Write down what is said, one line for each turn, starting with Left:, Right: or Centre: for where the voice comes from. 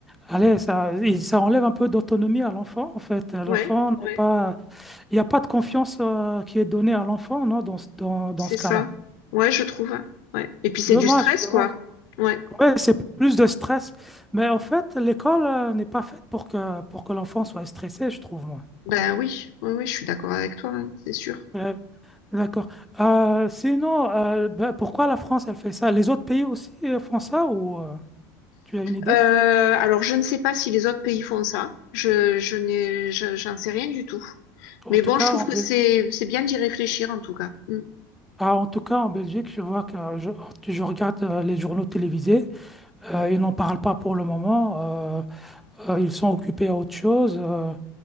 Centre: allez, ça, il- ça enlève un peu d'autonomie à l'enfant, en fait. L'enfant
Left: Ouais, ouais,
Centre: n'est pas... Il n'y a pas de confiance, euh, qui est donnée à l'enfant, non, dans, ce- dans, dans
Left: c'est
Centre: ce
Left: ça.
Centre: cas-là.
Left: Ouais, je trouve. Ouais. Et puis c'est
Centre: Dommage,
Left: du stress,
Centre: dommage.
Left: quoi. Ouais.
Centre: Ouais, c'est plus de stress. Mais en fait, l'école euh, n'est pas faite pour que, pour que l'enfant soit stressé, je trouve, moi.
Left: Ben oui, oui, oui, je suis d'accord avec toi, hein, c'est sûr.
Centre: Euh, d'accord. Euh, sinon, euh, ben, pourquoi la France, elle fait ça? Les autres pays aussi euh, font ça ou euh, tu as une idée?
Left: Euh, alors je ne sais pas si les autres pays font ça. Je, je n'ai, je- j'en sais rien du tout.
Centre: En
Left: Mais
Centre: tout
Left: bon,
Centre: cas,
Left: je trouve
Centre: en
Left: que
Centre: Belgique.
Left: c'est, c'est bien d'y réfléchir en tout cas. Mm.
Centre: Ah, en tout cas, en Belgique, je vois que je, tu- je regarde euh, les journaux télévisés. euh, ils n'en parlent pas pour le moment. euh, euh, ils sont occupés à autre chose. euh,